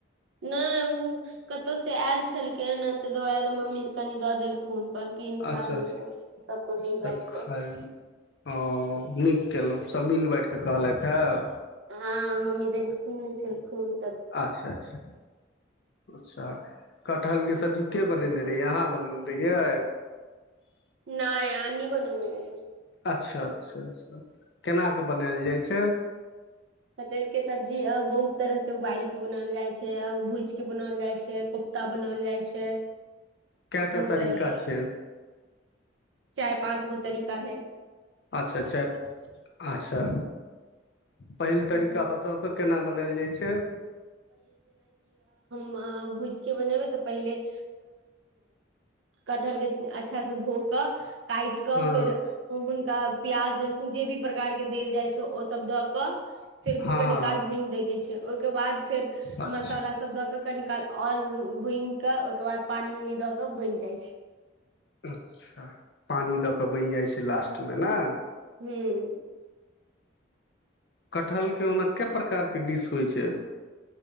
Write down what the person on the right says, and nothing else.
नहि ओ कतहु से आयल छलखिन ह ता दुआरे मम्मी कनि दऽ देलखुन कहलखिन खा
ले
ले सब कोइ मिल बाँटि कऽ
हँ मम्मी दने छलखून
नहि आनी बनौने रहै
कटहल सब्जी अ बहुत तरह से उबालि के बनाओल जाइ छै भूज के बनाओल जाय छै कोफ्ता बनाओल जाइ छै
बहुत
तरह से
चारि पाँच गो तारीका हैय
के
भुज के बनेवै तऽ पहिले कटहल के अच्छा से धो काटि क
फेर हुनका प्याज लहसुन जे भी प्रकार के देल जाइ छै ओ सब द क फेर
कनी काल भूनि दैय के छै ओहिके बाद फेर
मसाला सब दक के कनि काल आल भूनि कऽ ओहिके बाद पानि उनि दऽ कऽ बनि जाइ छै
ह